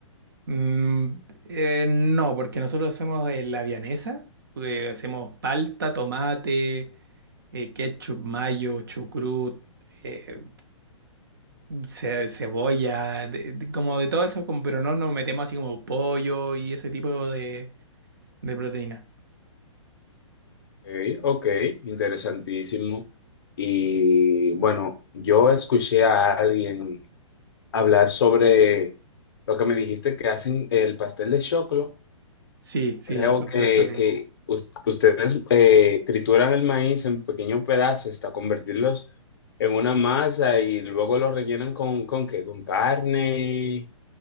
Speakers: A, on the right (about 40°); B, on the left (about 45°).
A: Mm, eh, no, porque nosotros hacemos eh, la vianesa, eh, hacemos palta, tomate, eh, ketchup, mayo, chucrut, eh, ce- cebolla, de- de- como de todo eso, como- pero no nos metemos así como pollo y ese tipo de, de proteína.
B: Ok, ok, interesantísimo. Y bueno, yo escuché a alguien hablar sobre lo que me dijiste que hacen el pastel de choclo.
A: Sí, sí,
B: Creo
A: el pastel
B: que,
A: de choclo.
B: que us- ustedes eh, trituran el maíz en pequeños pedazos hasta convertirlos en una masa y luego lo rellenan con, ¿con qué? ¿Con carne?